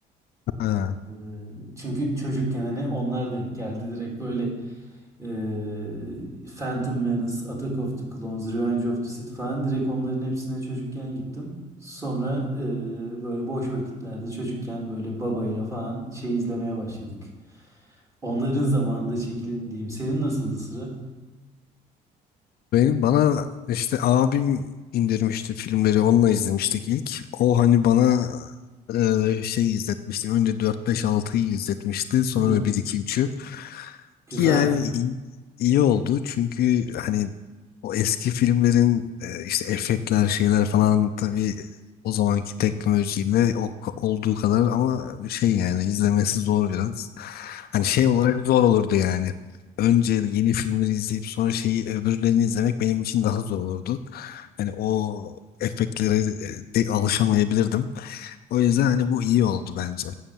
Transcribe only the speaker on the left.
Ha.
Benim bana işte abim indirmişti filmleri onunla izlemiştik ilk. O hani bana eee, şey izletmişti. Önce dört beş altıyı izletmişti. Sonra
bir iki 3ü
Ki yani iyi, iyi oldu çünkü hani o eski filmlerin e, işte efektler şeyler falan tabii o zamanki teknolojiyle o, olduğu kadar ama bir şey yani izlemesi zor biraz. Hani şey olarak zor olurdu yani. Önce yeni filmleri izleyip sonra şeyi öbürlerini izlemek benim için daha zor olurdu. Hani o efektlere e, de alışamayabilirdim. O yüzden hani bu iyi oldu bence.